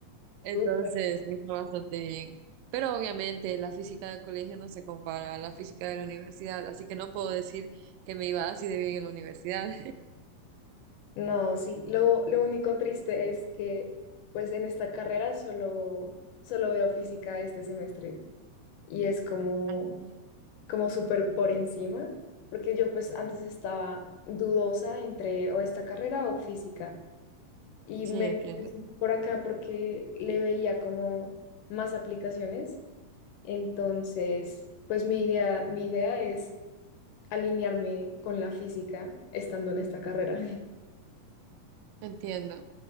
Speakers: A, on the right (about 85°); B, on the left (about 75°).
A: Entonces,
B: Súper.
A: me fue bastante bien. Pero obviamente la física del colegio no se compara a la física de la universidad, así que no puedo decir que me iba así de bien en la universidad.
B: No, sí. Lo, lo único triste es que, pues en esta carrera solo, solo veo física este semestre. Y es como
A: <laughs> Ajá.
B: como súper por encima, porque yo pues antes estaba dudosa entre o esta carrera o física y
A: Sí,
B: me
A: entiendo,
B: fui por acá porque le veía como más aplicaciones, entonces pues mi idea, mi idea es alinearme con la física estando en esta carrera. <laughs>
A: entiendo.